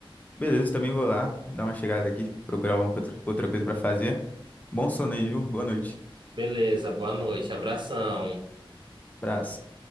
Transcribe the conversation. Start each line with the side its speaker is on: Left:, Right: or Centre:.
Left: Beleza, também vou lá dar uma chegada aqui, procurar alguma outra outra coisa pra fazer. Bom sono aí, viu? Boa noite.
Right: Beleza, boa noite, abração.
Left: Abraço.